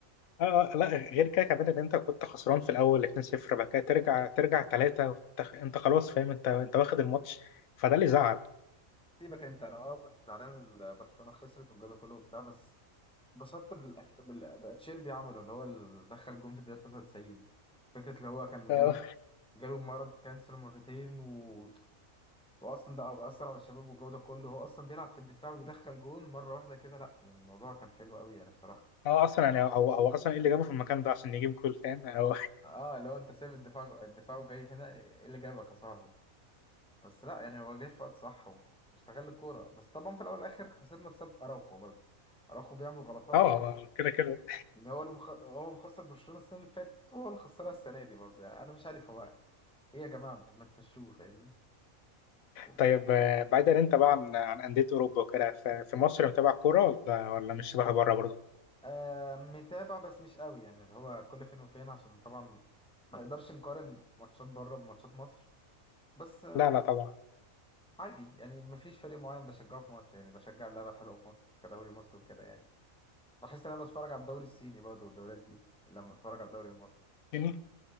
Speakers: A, on the left; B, in the centre.
A: اه اه لا غير كده كمان ان انت كنت خسران في الاول 2-0 بعد كده ترجع ترجع 3 وت- انت خلاص فاهم انت انت واخد الماتش فده اللي زعل
B: سيبك انت انا اه زعلان ال- برشلونه خسرت والجو ده كله وبتاع بس اتبسطت بالأك- بال بقى تشيربي عمله اللي هو اللي دخل الجون في الدقيقه 93 فكره اللي هو كان
A: اه
B: جاله جاله مرض كانسر مرتين و... واصلا ده اثر على الشباب والجو ده كله هو اصلا بيلعب في الدفاع ويدخل جون مره واحده كده لا يعني الموضوع كان حلو قوي يعني بصراحه
A: آه، اصلا يعني هو هو اصلا ايه اللي جابه في المكان ده عشان يجيب جول فاهم يعني هو- <laughs>
B: اه لو انت سايب الدفاع الدفاع وجاي هنا ايه اللي جابك يا صاحبي بس لا يعني هو جاي في وقت صح و- واستغل الكوره بس طبعا في الاول والاخر خسرنا بسبب اراوخو برضه اراوخو بيعمل غلطات
A: اه كده كده
B: يعني هو اللي مخ... هو اللي مخسر برشلونه السنه اللي فاتت وهو اللي خسرها السنه دي برضه يعني انا مش عارف هو ايه يا جماعه طب ما تمشوه فاهمني يعني
A: طيب آه، بعيدا انت بقى عن عن انديه اوروبا وكده ف- في مصر متابع كوره ولا ولا مش شبه بره برضه
B: آه متابع بس مش قوي يعني اللي هو كل فين وفين عشان طبعا ما نقدرش نقارن ماتشات بره بماتشات مصر بس
A: لا لا طبعا
B: عادي يعني مفيش فريق معين بشجعه في مصر يعني بشجع اللعبة الحلوة في مصر كدوري مصر وكده يعني بحس ان انا بتفرج على الدوري الصيني برضه والدوريات دي لما بتفرج على الدوري المصري
A: يعني